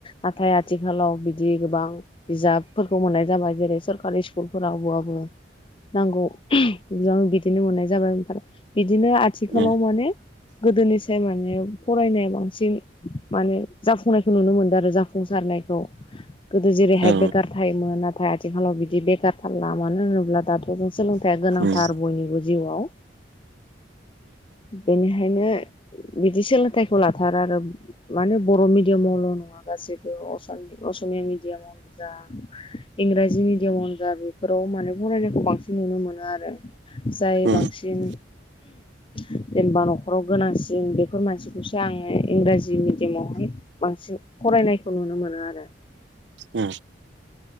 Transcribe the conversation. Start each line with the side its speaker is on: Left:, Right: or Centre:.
Left: नाथाय आथिखालाव बिदि गोबां बिजाबफोरखौ मोननाय जाबाय जेरै सोरखारि स्कुलफोराव बाबो नांगौ बिबां बिदिनो मोननाय जाबाय ओमफ्राय बिदिनो आथिखालाव
Right: उम
Left: माने गोदोनिसाय माने फरायनाय बांसिन माने जाफुंनायखौ नुनो मोनदों आरो जाफुंसारनायखौ गोदो जेरैहाय
Right: औ उम औ
Left: बेकार थायोमोन नाथाय आथिखालाव बिदि बेकार थार लामानो होनोब्ला दाथ' जों सोलोंथाइया गोनांथार
Right: उम
Left: बयनिबो जिउआव बेनिखायनो बिदि सोलोंथाइखौ लाथारो आरो माने बर' मिडियामावल' नङा गासैबो अस असमिया मिडियामावनो जा इंराजि मिडियामावनो जा बेफोराव माने फरायनायखौ बांसिन नुनो मोनो आरो जाय
Right: उम
Left: बांसिन जेनेबा न'खराव गोनांसिन बेफोर मानसिखौसो आङो इंराजि मिडियामावहाय बांसिन फरायनायखौ नुनो मोनो आरो
Right: उम